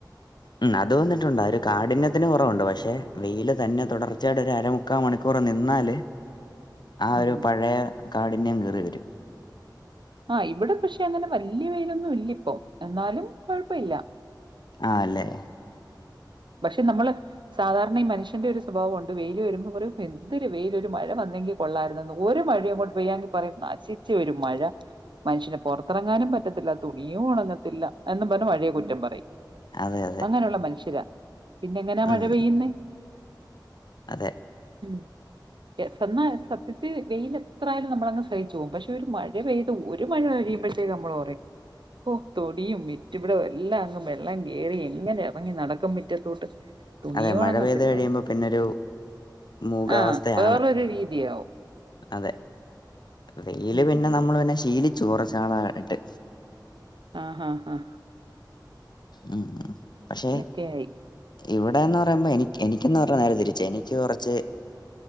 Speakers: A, on the left (about 65°); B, on the right (about 80°).
A: ഉം അത് വന്നിട്ടുണ്ട് ഒരു കാഠിന്യത്തിന് വ ന്നിട്ടുണ്ട് പഷെ വെയിയില് തന്നെ തുടർച്ചയയുടെ ഒരു അരമുക്കാ മണിക്കൂർ നിന്നാല് ആ ഒരു
B: ഉം
A: പഴയ കാഠിന്യം കേറി വരും
B: ആഹ് ഇവ്ടെ പഷെ അങ്ങനെ വല്ല്യ വെയിലൊന്നുല്ല ഇപ്പോ എന്നാലും കൊഴപ്പ ഇല്ല
A: ആഅല്ലേ
B: പഷെ നമ്മള് സാധാരണ ഈ മനുഷ്യന്റെ ഒരു സ്വഭാവം ഉണ്ട് വെയിയില് വരുമ്പോ പറയും എന്തൊരു വെയിയില് ഒരു മഴ വന്ന ങ്കി കൊള്ളായിരുന്നന്ന് ഒരുഴയങ്ങോട്ട് പെയ്യാങ്കി പറയ് നശിച്ചൊരു മഴ മനുഷ്യന് പൊറത്തിറങ്ങാനും പറ്റത്തില്ല തുണിയും ഉണങ്ങത്തില്ല എന്നും പറഞ്ഞ് മഴയെ കുറ്റം പറയും
A: അതെ അതെ
B: അങ്ങനെയുള്ള മനുഷ്യരാ പിന്നെ എങ്ങനാ മഴ
A: ഉം
B: പെയ്യുന്നെ
A: അതെ
B: ഉം സന്നാ സത്യത്തി വെയിൽ എത്രായാലും നമ്മളങ്ങ് സഹിച്ചു പോവും പക്ഷെ ഒരു മഴ പെയ്ത് ഒരു മഴ കഴിയുമ്പഴ ത്തേക്ക് നമ്മള് പറയും ഓ തൊടിയും മിറ്റും ഇവിടെ എല്ലാം അങ്ങ് വെള്ളം കേറി എങ്ങനെ ഇറങ്ങി നടക്കും മി റ്റത്തോട്ട് തുണിയു
A: അതെ
B: ഉണങ്ങത്തില്ല
A: മഴ പെയ്ത് കഴിയുമ്പോ പിന്നൊരു മൂകാവസ്ഥയാണ്
B: ആഹ് വേറൊരു രീതിയാവും
A: അതെ വെയില്
B: ഉം
A: പിന്നെ നമ്മള് പിന്നെ ശീലിച്ചു കുറച്ചു നാളായിട്ട്
B: ആഹ് ആഹ് ആഹ്
A: ഉം ഉം പഷെ
B: അങ്ങനൊക്കെയായി
A: ഇവിടെന്ന് പറയുമ്പോ എനിക്ക് എനിക്കന്ന് പറഞ്ഞ നേരെ തിരിച്ചാ എനിക്ക് കുറച്ച്